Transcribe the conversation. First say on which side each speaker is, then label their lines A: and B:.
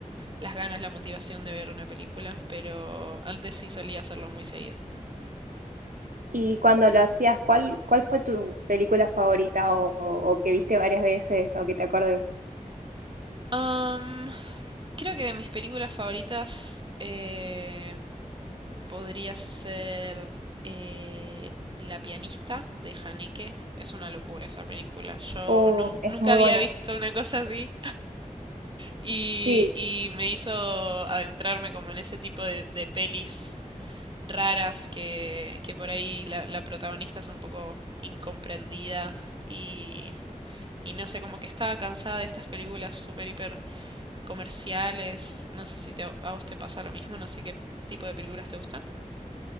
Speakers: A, on the right; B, on the right.
A: las ganas, la motivación de ver una película, pero antes sí solía hacerlo muy seguido.
B: Y cuando lo hacías, ¿cuál, cuál fue tu película favorita o, o- o que viste varias veces o que te acuerdes?
A: Am, creo que de mis películas favoritas, eh, Podría ser eh, La pianista de Haneke. Es una locura esa película. Yo
B: Oh,
A: nun-
B: es
A: nunca
B: muy
A: había
B: buena.
A: visto una cosa así y,
B: Sí.
A: y me hizo adentrarme como en ese tipo de, de pelis raras que, que por ahí la, la protagonista es un poco incomprendida y, y no sé, como que estaba cansada de estas películas super hiper comerciales. No sé si te- a vos te pasa lo mismo, no sé qué tipo de películas te gustan.